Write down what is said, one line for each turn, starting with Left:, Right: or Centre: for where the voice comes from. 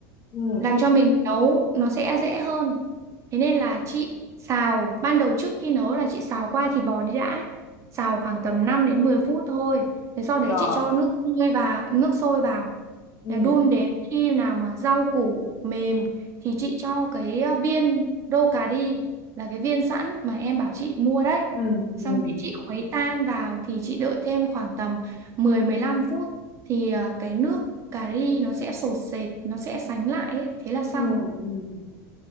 Left: ừ
Right: làm cho mình nấu nó sẽ dễ hơn thế nên là chị xào ban đầu trước khi nấu là chị xào qua thịt bò đi đã ấy. xào khoảng tầm 5 đến 10 phút thôi thế sau đấy
Left: rồi,
Right: chị cho nước sôi và nước sôi vào
Left: ừ
Right: Để đun đến khi nào mà rau củ mềm thì chị cho cái ờ, viên đô cà ri là cái viên sẵn mà em bảo chị mua đấy
Left: ừ
Right: xong
Left: ừ
Right: cái chị khuấy tan vào thì chị đợi thêm khoảng tầm mười đến 15 phút thì ờ, cái nước cà ri nó sẽ sột sệt, nó sẽ sánh lại ấy. Thế là xong.
Left: ừ ừm.